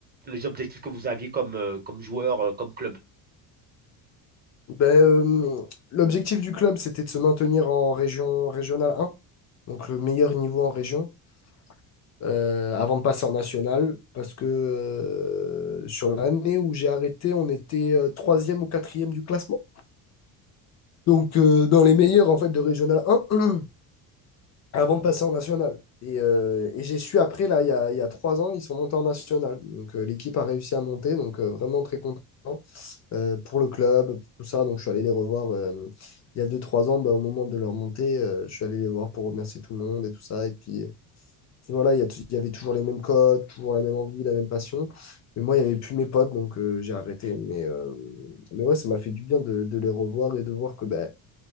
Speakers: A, on the right (about 20°); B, on the left (about 40°).
A: les objectifs que vous aviez comme, euh, comme joueur, euh, comme club?
B: Ben, euh, l'objectif du club, c'était de se maintenir en région régionale 1, donc le meilleur niveau en région. euh, avant de passer en national, parce que euh, sur l'année où j'ai arrêté, on était euh, troisième ou quatrième du classement. Donc euh, dans les meilleurs en fait de Régional 1, <clears throat> avant de passer en national. Et, euh, et j'ai su après, là, il y a, il y a trois ans, ils sont montés en national. Donc euh, l'équipe a réussi à monter, donc euh, vraiment très content euh, pour le club, pour tout ça. Donc je suis allé les revoir euh, il y a deux, trois ans, bah, au moment de leur montée, euh, je suis allé les voir pour remercier tout le monde et tout ça. Et puis euh, et voilà, il y, a t- il y avait toujours les mêmes codes, toujours la même envie, la même passion. Mais moi, il n'y avait plus mes potes, donc euh, j'ai arrêté. Mais, euh, mais ouais, ça m'a fait du bien de, de les revoir et de voir que ben,